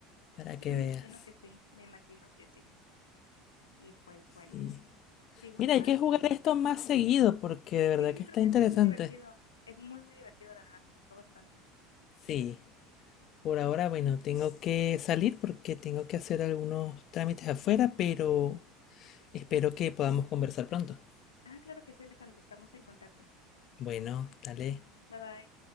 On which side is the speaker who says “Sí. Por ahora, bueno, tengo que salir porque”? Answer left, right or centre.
Left